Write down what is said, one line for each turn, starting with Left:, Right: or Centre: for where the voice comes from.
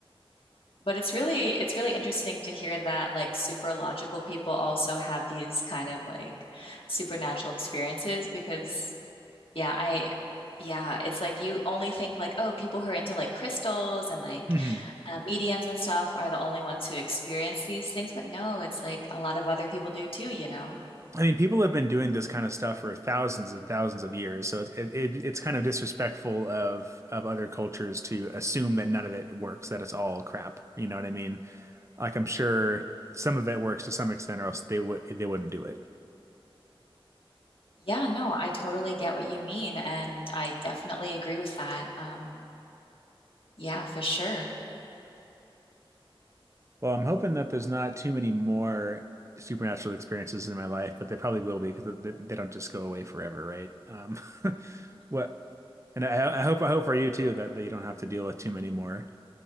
Left: But it's really it's really interesting to hear that like super logical people also have these kind of like supernatural experiences because yeah, I yeah, it's like you only think like, "Oh, people who are into like crystals and like
Right: hmm
Left: uh, mediums and stuff are the only ones who experience these things." But no, it's like a lot of other people do too, you know.
Right: I mean, people have been doing this kind of stuff for thousands and thousands of years. So it's it, it, it's kind of disrespectful of of other cultures to assume that none of it works, that it's all crap. You know what I mean? Like I'm sure some of it works to some extent, or else they would they wouldn't do it.
Left: Yeah, no, I totally get what you mean, and I definitely agree with that. Um, yeah, for sure.
Right: Well, I'm hoping that there's not too many more supernatural experiences in my life, but they probably will be because they, they don't just go away forever, right? Um, <laughs> what? And I, I hope I hope for you too that, that you don't have to deal with too many more.